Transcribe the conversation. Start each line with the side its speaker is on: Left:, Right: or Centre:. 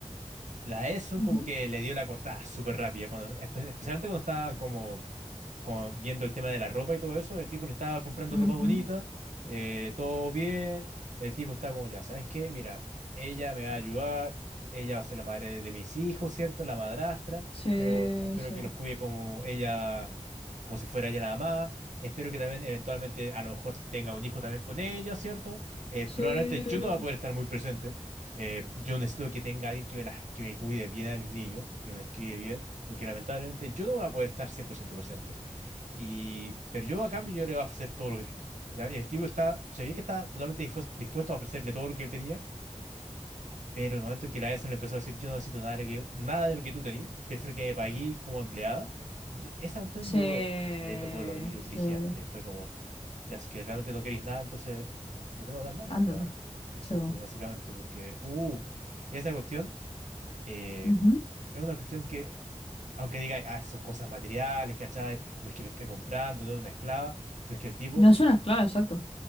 Right: la Esun
Left: Ujú,
Right: como que le dio la cortada súper rápida, cuando, espe- especialmente cuando estaban como como viendo el tema de la ropa y todo eso, el tipo le estaba comprando
Left: ujú.
Right: ropa bonita, eh, todo bien, el tipo estaba como ya, ¿sabes qué? Mira, ella me va a ayudar, ella va a ser la madre de, de mis hijos, ¿cierto? La madrastra,
Left: Sí,
Right: pero espero
Left: sí.
Right: que los cuide como ella, como si fuera ella la mamá. Espero que también eventualmente a lo mejor tenga un hijo también con ella, ¿cierto? Eh, probablemente
Left: Sí,
Right: yo no voy a poder estar muy presente. Eh, yo necesito que tenga alguien que me, las- que me cuide bien a mis niños, que me los críe bien, porque lamentablemente yo no voy a poder estar 100% presente. Y, pero yo a cambio yo le voy a ofrecer todo lo que tengo. ¿ya? Y el tipo está, se ve que está totalmente dispues- dispuesto a ofrecerle todo lo que él tenía, pero en el momento en que la ESO le empezó a decir, yo no necesito nada de lo que, nada de lo que tú tenías, prefiero que me paguéis como empleada, yo- esa cuestión
Left: se
Right: yo le tocó el orgullo
Left: se
Right: brígidamente. Fue como, ya si es que realmente no queréis nada, entonces no te voy a dar nada,
Left: Ándate.
Right: onda. Exacto,
Left: se va
Right: básicamente, porque, uff, esa cuestión eh,
Left: Ujú.
Right: es una cuestión que, aunque diga, ah, son cosas materiales, ¿cachai? No es que la está comprando, no es una esclava, pero es que el tipo,
Left: No es una esclava, exacto.